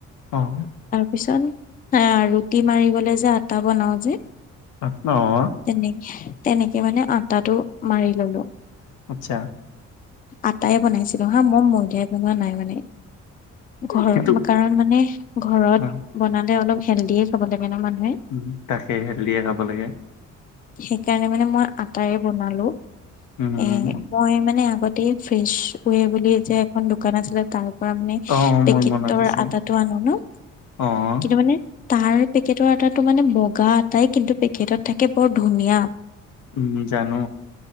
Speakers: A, on the left (about 85°); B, on the left (about 30°).
A: অঁ।
B: পিছন আহ ৰুটি মাৰিবলে যে আটা বনাও যে
A: <unintelligible>
B: তেনেকে তেনেকে মানে আটাটো মাৰি ললো।
A: আচ্ছা।
B: আটাই বনাইছিলো হা, মই ময়দাই বনোৱা নাই মানে। ঘৰ
A: কিন্তু
B: কাৰণ মানে ঘৰত
A: অ',
B: বনালে অলপ হেল্ডিয়ে খাব লাগে। ন মানুহে
A: উম হুম তাকে হেল্ডিয়ে খাব লাগে।
B: সেইকাৰণে মানে মই আটাৰে বনালো।
A: উম,
B: এ মই মানে আগত ফ্ৰেছ বুলি যে এখন দোকান আছিলে তাৰ। পৰা মানে
A: অ',
B: পেকেটৰ
A: মোৰ মনত আছে,
B: আটাটো আনো ন,
A: অ',
B: কিন্তু মানে তাৰ পে পেকেটৰ আটাটো মানে বগা আটাটো কিন্তু পেকেটত থাকে বৰ ধুনীয়া।
A: উম, জানো,